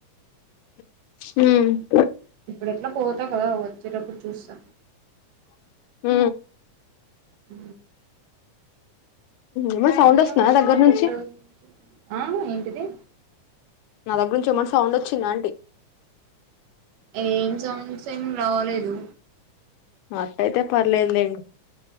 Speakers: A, on the left; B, on the right.
A: హ
B: ఇప్పుడు ఎట్లా పోతా కదా వచ్చేటప్పుడు చూస్తా
A: హ
B: హ
A: ఏమన్నా సౌండ్ వస్తుందా
B: ఏమో అంటపూర్లు
A: దగ్గర నుంచి
B: ఆ ఏంటిది
A: నా దగ్గర నుంచి ఏమన్నా సౌండ్ వచ్చిందా అంటీ?
B: ఏం సౌండ్స్ ఏం రావాలేదు
A: అట్టయితే పర్లేదులేండి